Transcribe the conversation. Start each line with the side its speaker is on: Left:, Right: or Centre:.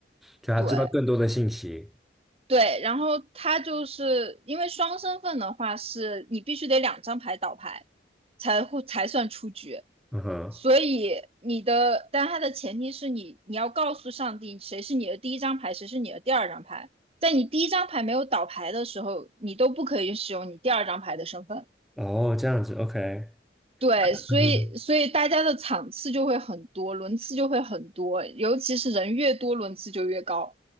Centre: 就他知道更多的信息，
Right: 对，对，然后他就是因为双身份的话，是你必须得两张牌倒牌，才会才算出局。
Centre: 嗯哼，
Right: 所以你的，但它的前提是你你要告诉上帝谁是你的第一张牌，谁是你的第二张牌。在你第一张牌没有倒牌的时候，你都不可以使用你第二张牌的身份。
Centre: 哦，这样子，OK，
Right: 对，
Centre: 嗯哼。
Right: 所以所以大家的场次就会很多，轮次就会很多，尤其是人越多，轮次就越高，